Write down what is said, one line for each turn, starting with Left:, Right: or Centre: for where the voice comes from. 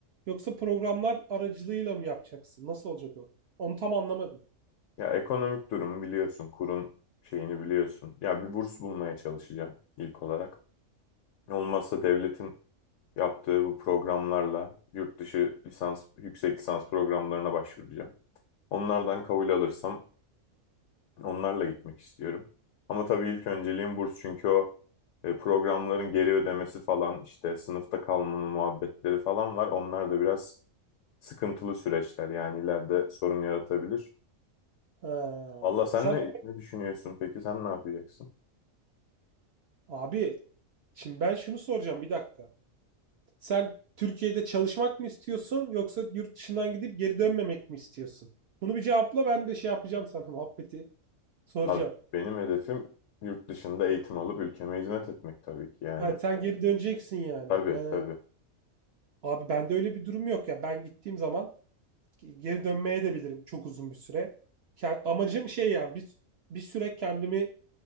Right: yoksa programlar aracılığıyla mı yapacaksın? Nasıl olacak o? Onu tam anlamadım.
Left: ya ekonomik durum biliyorsun. Kurun şeyini biliyorsun. Ya bir burs bulmaya çalışacağım ilk olarak. Olmazsa devletin yaptığı bu programlarla yurt dışı lisans, yüksek lisans programlarına başvuracağım. Onlardan kabul alırsam Onlarla gitmek istiyorum. Ama tabii ilk önceliğim burs çünkü o e, programların geri ödemesi falan işte sınıfta kalmama muhabbetleri falan var. Onlar da biraz sıkıntılı süreçler yani ileride sorun yaratabilir.
Right: Ha,
Left: Valla sen
Right: sen
Left: ne, ne düşünüyorsun peki? Sen ne yapacaksın?
Right: abi şimdi ben şunu soracağım bir dakika. Sen Türkiye'de çalışmak mı istiyorsun yoksa yurt dışından gidip geri dönmemek mi istiyorsun? Bunu bir cevapla ben de şey yapacağım sana <laughs> muhabbeti soracağım.
Left: Abi benim hedefim yurt dışında eğitim alıp ülkeme hizmet etmek tabii ki yani.
Right: Ha, sen geri döneceksin yani.
Left: Tabii
Right: He.
Left: tabii.
Right: Abi bende öyle bir durum yok ya. Ben gittiğim zaman ge- geri dönmeye de bilirim çok uzun bir süre. Ke- Amacım şey yani bir, bir süre kendimi